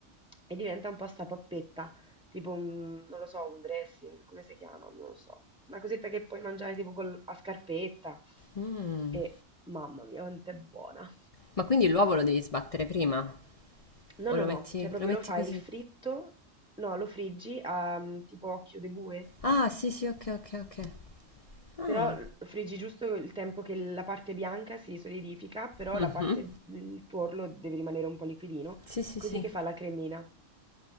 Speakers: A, in the centre; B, on the left (about 45°).
A: E diventa un po' sta pappetta Tipo un non lo so, un dressing, come si chiama? Non lo so. Una cosetta che puoi mangiare tipo col- a scarpetta.
B: Mm.
A: E mamma mia, quanto è buona.
B: Ma quindi l'uovo lo devi sbattere prima?
A: No,
B: O
A: no,
B: lo
A: no,
B: metti,
A: cioè proprio
B: lo metti
A: lo fai
B: così?
A: fritto, no, lo friggi a mm, tipo occhio di bue,
B: Ah, sì, sì, ok, ok, ok. Ah,
A: però lo friggi giusto il tempo che la parte bianca si solidifica, però
B: mhm.
A: la parte, il tuorlo deve rimanere un po' liquidino,
B: Sì, sì,
A: così
B: sì.
A: che fa la cremina.